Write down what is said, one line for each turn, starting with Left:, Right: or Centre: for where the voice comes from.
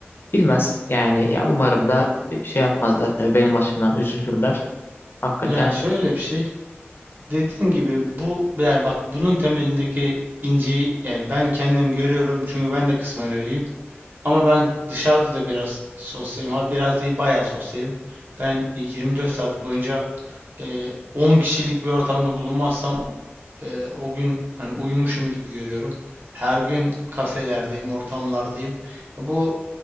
Left: bilmez. Yani ya umarım da e, şey yapmazlar tabii benim açımdan üzülürler. Hakikaten.
Right: Ya şöyle bir şey. Dediğin gibi bu yani bak bunun temelindeki inciyi yani ben kendim görüyorum çünkü ben de kısmen öyleyim. Ama ben dışarıda da biraz sosyalim. Ha biraz değil bayağı sosyalim. Ben 24 saat boyunca e, 10 kişilik bir ortamda bulunmazsam e, o gün hani uyumuşum gibi görüyorum. Her gün kafelerdeyim, ortamlardayım. E, Bu